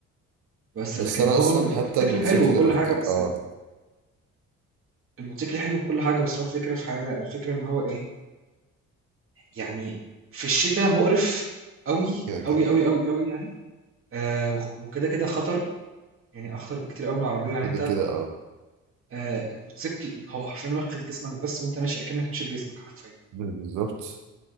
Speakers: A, on the right; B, on the right.
A: بس
B: بس
A: لكن
B: انا
A: هو
B: اصلا
A: الم- الموتوسيكل
B: حتى الموتوسيكل
A: حلو وكل
B: رفضي
A: حاجة بس
B: اه
A: الموتوسيكل حلو وكل حاجة بس هو الفكرة في حاجة الفكرة ان هو ايه يعني في الشتاء مقرف قوي
B: كده كده
A: قوي قوي قوي قوي يعني آه وخ- وكده كده خطر يعني اخطر بكتير قوي من العربية يعني
B: كده
A: انت
B: كده اه
A: آه الموتوسيكل هو حرفيا واخد جسمك بس وانت ماشي اكنك ماشي بجسمك حرفيا
B: بالظبط